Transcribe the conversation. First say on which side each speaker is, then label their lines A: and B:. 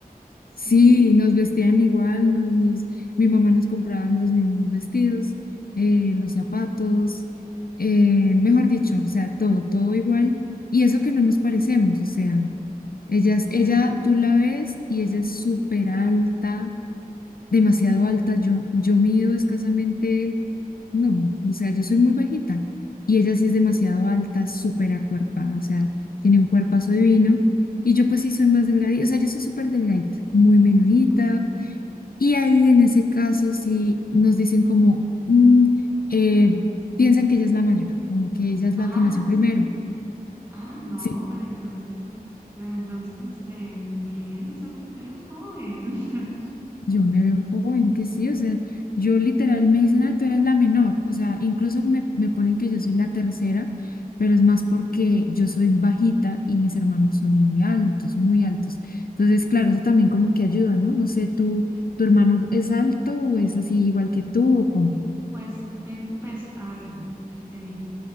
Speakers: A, on the right; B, on the left.
A: ¿Sí?
B: Sí, nos vestían igual, nos, nos, mi mamá nos compraba los mismos vestidos, eh, los zapatos, eh, mejor dicho, o sea, todo, todo igual. Y eso que no nos parecemos, o sea, ella, es-
A: ¿No?
B: ella tú la ves y ella es súper alta, demasiado alta. Yo, yo mido escasamente no, o sea, yo soy muy bajita y ella sí es demasiado alta, súper acuerpada, o sea, tiene un cuerpazo divino y yo pues sí soy más delgadita, o sea, yo soy súper delgadita, muy menudita
A: Ok.
B: y ahí en ese caso sí nos dicen como, mm, eh, piensan que ella es la mayor, como que ella es
A: Ah,
B: la que nació primero.
A: sí. Ah, no,
B: Sí,
A: pero entonces, pero entonces, este, bien, o sea, tú te ves joven. <laughs>
B: Yo me veo joven, que sí, o sea, yo literal me dicen, ay, tú eres la menor, o sea, incluso me, me ponen que yo soy la tercera, pero es más porque yo soy bajita y mis hermanos son muy altos, muy altos. Entonces, claro, eso también como que ayuda, ¿no? No sé, tú, ¿tu hermano es alto o es así igual que tú o cómo?
A: Pues, ten- pues, a ver, ¿qué te digo?